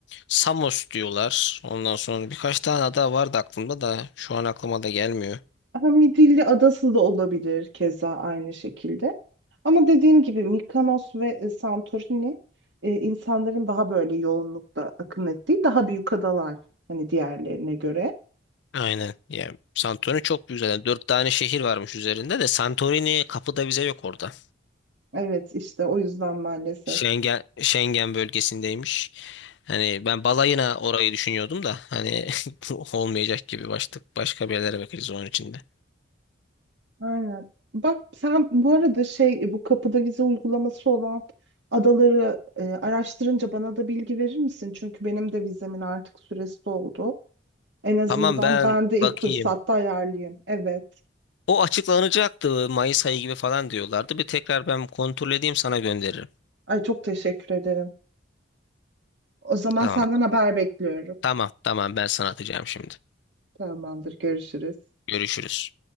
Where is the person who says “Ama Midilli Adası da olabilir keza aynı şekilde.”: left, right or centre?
Right